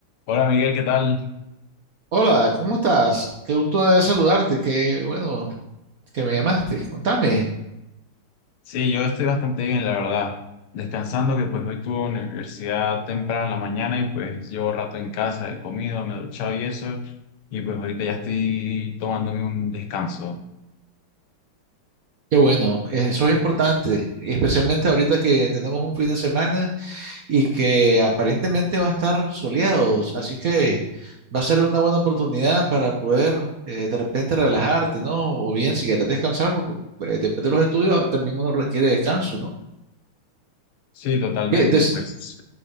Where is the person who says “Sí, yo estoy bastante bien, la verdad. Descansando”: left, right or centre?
Left